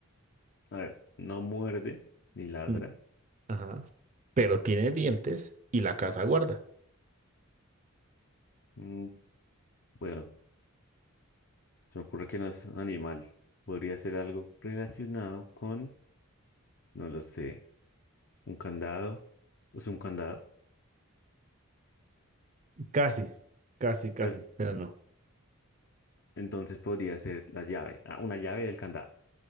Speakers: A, on the left; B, on the right.
A: A ver, no muerde ni ladra.
B: Mm, Ajá. Pero tiene dientes y la casa guarda.
A: Mm, Bueno, se me ocurre que no es un animal. Podría ser algo relacionado con, no lo sé, un candado. Es un candado.
B: Casi, casi, casi,
A: Eh,
B: pero no.
A: entonces podría ser la llave. Ah, una llave del candado.